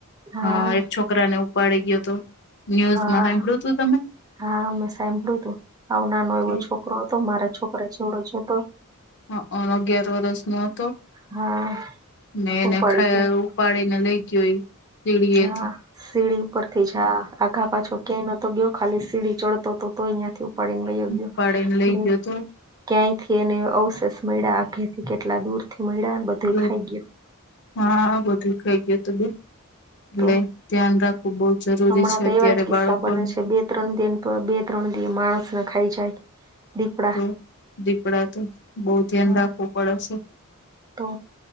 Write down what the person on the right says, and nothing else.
હા
હા
હા મે સાંભળ્યું તું આવ નાનો
એવો છોકરો હતો મારા છોકરા જેવડો જ હતો.
હા
ઉપાડી
ગયા
હા સીડી ઉપર થી જા આઘા પાછો ક્યાંય નથી. તો ગ ખાલી સીડી ચડતો તો તોય અયાંથી ઉપાડીને ગયો ગયો
ને.
ક્યાંયથી એને અવશેષ મળ્યા આખેથી કેટલા દૂર થી મળ્યા. બધું
ખાઈ ગયો
તો
હમણાં
તો
એવા જ
કિસ્સા બને છે બે ત્રણ દિન બે ત્રણ દિ માણસને ખાઈ જાય દીપડા
હા
તો